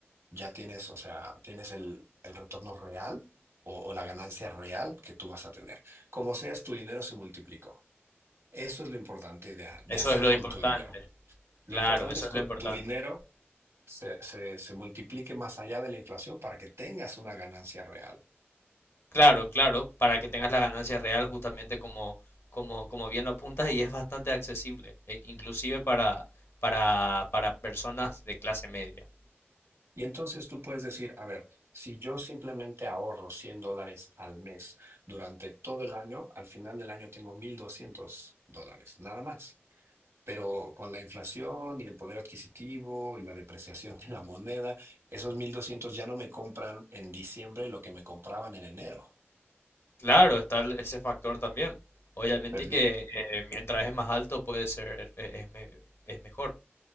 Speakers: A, on the right; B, on the left.
A: ya tienes, o sea, tienes el, el retorno real o, o la ganancia real que tú vas a tener. Como seas, tu dinero se multiplicó. Eso es lo importante de, de
B: Eso
A: hacer
B: es lo
A: con
B: importante.
A: tu dinero. Lo
B: Claro,
A: importante
B: eso
A: es
B: es
A: que
B: lo importante.
A: tu dinero se, se, se multiplique más allá de la inflación para que tengas una ganancia real.
B: Claro, claro, para que tengas la ganancia real justamente como, como, como bien lo apuntas y es bastante accesible, e- inclusive para, para, para personas de clase media.
A: Y entonces tú puedes decir, a ver, si yo simplemente ahorro 100 dólares al mes durante todo el año, al final del año tengo 1.200 dólares, nada más. Pero con la inflación y el poder adquisitivo y la depreciación de la moneda, esos 1.200 ya no me compran en diciembre lo que me compraban en enero.
B: Claro, está el- ese factor también. Obviamente
A: Perdí,
B: que eh, mientras es más alto puede ser, eh, es, me- es mejor.